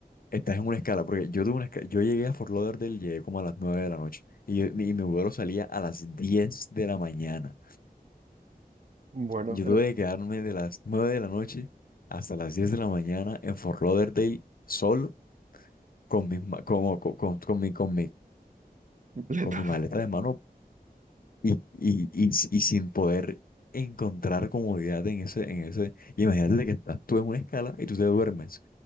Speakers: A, on the left (about 65°); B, on the right (about 55°).
A: estás en una escala, porque yo tuve una escala, yo llegué a Fort Lauderdale, llegué como a las 9 de la noche, y, yo- mi, y mi vuelo salía a las 10 de la mañana.
B: Bueno,
A: Yo
B: en
A: tuve
B: el-
A: que quedarme de las 9 de la noche hasta las 10 de la mañana en Fort Lauderdale solo con mis, ma- como- con, con, con mi, con mi
B: letal.
A: con mi maleta de mano y, y, y, y sin poder encontrar comodidad en ese, en ese. y Imagínate que estás tú en una escala y tú te duermes